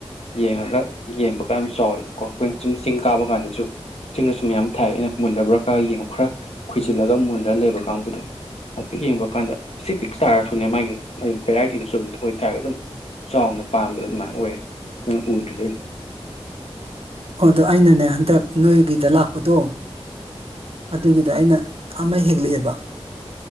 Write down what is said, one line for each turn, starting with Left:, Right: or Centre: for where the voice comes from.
Left: ꯌꯦꯡꯉꯒ ꯌꯦꯡꯕꯒ ꯌꯥꯝ ꯆꯥꯎꯋꯦꯕꯀ ꯀꯣ ꯑꯩꯈꯣꯏꯅ ꯆꯨꯝ ꯆꯤꯡ ꯀꯥꯕ ꯀꯥꯟꯗꯁꯨ ꯆꯤꯡꯗꯁꯨ ꯃꯌꯥꯝ ꯊꯥꯏ ꯑꯩꯅ ꯃꯨꯜꯂꯕ꯭ꯔꯥ ꯈꯔ ꯌꯦꯡꯉꯨ ꯈꯔ ꯈꯣꯏꯖꯤꯜꯂꯒ ꯃꯨꯜꯂ ꯂꯩꯕ ꯀꯥꯡꯕꯨꯗꯣ ꯍꯥꯏ ꯄꯤꯛ ꯌꯦꯡꯕ ꯀꯥꯟꯗ ꯄꯤ ꯄꯤꯛ ꯇꯥꯔꯁꯨꯅꯦ ꯃꯥꯒꯤ ꯚꯦꯔꯥꯏꯇꯤꯗ ꯁꯨꯝ ꯑꯣꯏꯇꯥꯔꯒꯗꯤ ꯑꯗꯨꯝ ꯆꯥꯎꯅ ꯄꯥꯝꯕꯗ ꯑꯗꯨꯃꯥꯏꯅ ꯅꯣꯏ ꯑꯗꯨꯅ ꯎꯗ꯭ꯔꯤꯕꯩꯅꯤ
Right: ꯑꯣ ꯑꯗꯣ ꯑꯩꯅꯅꯦ ꯍꯟꯗꯛ ꯅꯣꯏꯒꯤꯗ ꯂꯥꯛꯄꯗꯣ ꯑꯗꯨꯒꯤꯗ ꯑꯩꯅ ꯑꯃ ꯍꯦꯛꯂꯛꯑꯦꯕ